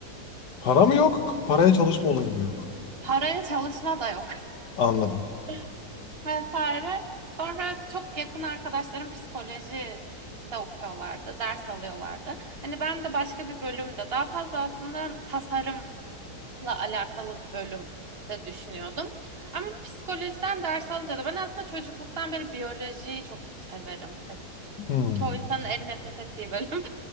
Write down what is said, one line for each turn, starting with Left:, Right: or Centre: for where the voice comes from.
Left: para mı yok? Paraya çalışma olayı mı yok?
Right: Paraya çalışma da yok.
Left: Anladım.
Right: <laughs> Vesaire. Sonra çok yakın arkadaşlarım psikoloji de okuyorlardı, ders alıyorlardı. Hani ben de başka bir bölümde daha fazla aslında tasarım alakalı bir bölüm de düşünüyordum. Ama psikolojiden ders alınca da ben aslında çocukluktan beri biyolojiyi çok severim. Hep
Left: Hmm,
Right: çoğu insanın en nefret ettiği bölüm.